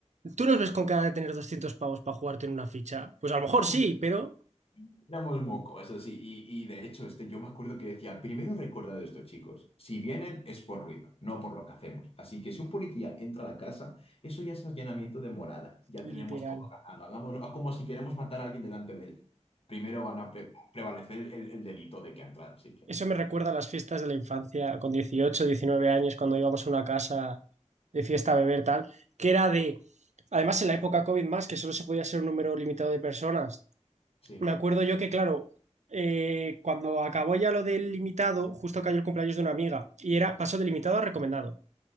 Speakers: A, on the right; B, on the left.
A: ¿Tú nos ves con cara de tener 200 pavos para jugarte en una ficha? Pues a lo mejor
B: éramos
A: sí, pero
B: éramos moco, eso sí, y, y de hecho, este, yo me acuerdo que decía, primero recordad esto, chicos, si vienen es por ruido, no por lo que hacemos. Así que si un policía entra a la casa, eso ya es allanamiento de morada, ya
A: literal.
B: tenemos todo ganado, hagámoslo ah, como si queremos matar a alguien delante de él. Primero van a pre- prevalecer el, el- el delito de que ha entrado, así que
A: Eso me recuerda a las fiestas de la infancia, con 18 19 años, cuando íbamos a una casa de fiesta, beber, tal, que era de, además en la época COVID más, que solo se podía ser un número limitado de personas.
B: sí,
A: Me acuerdo yo que, claro, eh, cuando acabó ya lo del limitado, justo cayó el cumpleaños de una amiga y era pasó de limitado a recomendado.